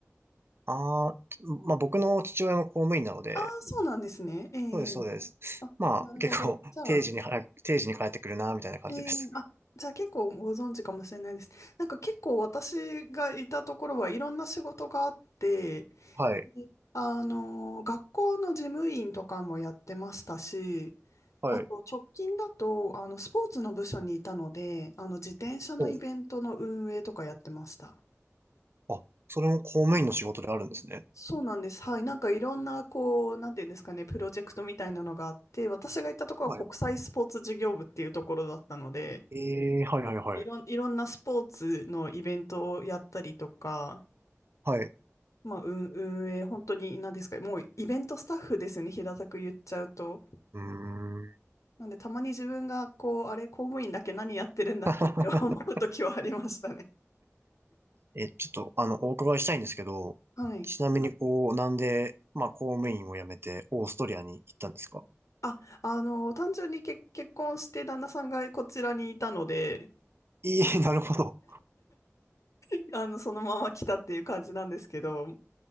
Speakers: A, on the right; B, on the left.
A: ああ、まあ僕の父親も公務員なので、
B: ああそうなんですね。ええ
A: そうです、そうです。
B: あ、
A: まあ、
B: なるほど。
A: 結構、
B: じゃあ、
A: 定時に早く、定時に帰ってくるな、みたいな感じです。
B: えー、あ、じゃあ結構ご存知かもしれないです。なんか結構私がいたところはいろんな仕事があって、
A: はい、
B: であの、学校の事務員とかもやってましたし、
A: はい。
B: あと直近だとあのスポーツの部署にいたので、あの自転車のイベントの運営とかやってました。
A: お、あ、それも公務員の仕事であるんですね。
B: そうなんです。はい。なんかいろんな、こう、なんていうんですかね、プロジェクトみたいなのがあって、私が行ったところは国際スポーツ事業部っていうところだったので、
A: はい。ええ、はいはいはい。
B: いろん、いろんなスポーツのイベントをやったりとか、
A: はい。
B: まあ、運、運営、本当に何ですか、もうイベントスタッフですよね、平たく言っちゃうと。
A: うーん。
B: なんで、たまに自分が、こう、あれ、公務員だけ何やってるんだっけって
A: <laughs>
B: <laughs> 思う時はありましたね。
A: え、ちょっと、あの、お伺いしたいんですけど、
B: はい。
A: ちなみにこう、なんで、まあ、公務員を辞めて、オーストリアに行ったんですか
B: あ、あの、単純に結、結婚して旦那さんがこちらにいたので、
A: いえ、<laughs> なるほど。
B: <laughs> あの、そのまま来たっていう感じなんですけど、